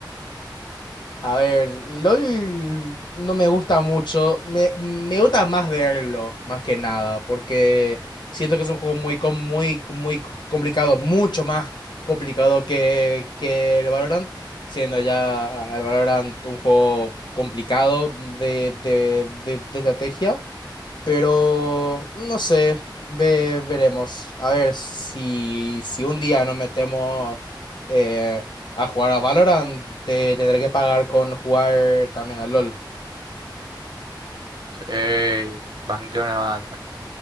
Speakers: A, on the left (about 65°); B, on the right (about 65°).
A: A ver, LOL no me gusta mucho. Me, me gusta más verlo, más que nada, porque siento que es un juego muy, com- muy, muy co- complicado, mucho más complicado que, que el Valorant, siendo ya el Valorant un juego complicado de, de, de de estrategia Pero no sé, ve- veremos. A ver si, si un día nos metemos eh, a jugar a Valorant, te tendré que pagar con jugar también al LOL.
B: Sí, banqué una banda.